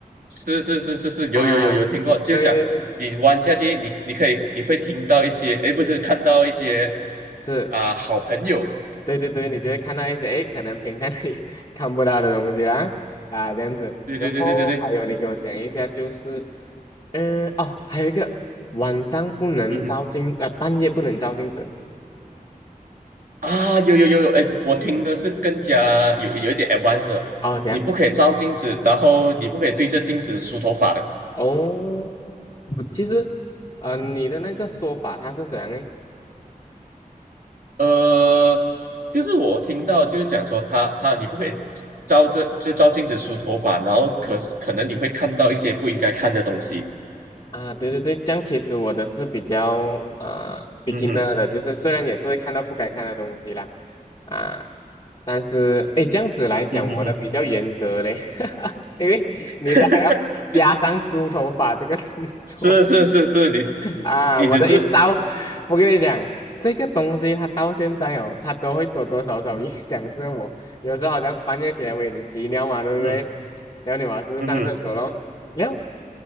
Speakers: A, on the right; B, on the left.
A: 是是是是是，有有有有听过，
B: 啊，<laughs>
A: 就是讲你弯下去，
B: 对对对，
A: 你你可以你会听到一些，哎，不是看到一些
B: 是，
A: 啊、好朋友，
B: 对对对，你就会看到一些，诶，可能平常你 <laughs> 看不到的东西啊，啊，这样子，
A: 对对对对对对，
B: 然后还有你给我想一下，就是。嗯，哦，还有一个晚上不能照镜，
A: 嗯哼。
B: 呃，半夜不能照镜子。
A: 啊，有有有有，哎，我听的是更加有有一点 advanced，的你不可以照镜子，
B: 哦，怎样？
A: 然后你不可以对着镜子梳头发的。
B: 哦，我其实，呃，你的那个说法它是怎样诶？
A: 呃，就是我听到就是讲说他他你不可以照着就照镜子梳头发，然后可是可能你会看到一些不应该看的东西。
B: 嗯，啊，对对对，这样其实我的是比较啊、呃 beginner
A: 嗯哼，
B: 的，就是虽然也是会看到不该看的东西啦，啊，但是诶，这样子来讲，
A: 嗯哼嗯哼，
B: 我的比较严格嘞，<laughs> 因为你的还要加上梳头发这个动作。
A: <laughs> 是是是是，你
B: 啊，
A: 你只是
B: 我的一招，我跟你讲，这个东西它到现在哦，它都会多多少少影响着我。<laughs> 有时候好像半夜起来喂你急尿嘛，对不对？
A: 嗯
B: 然后你马上上厕所咯。
A: 嗯哼，
B: 然后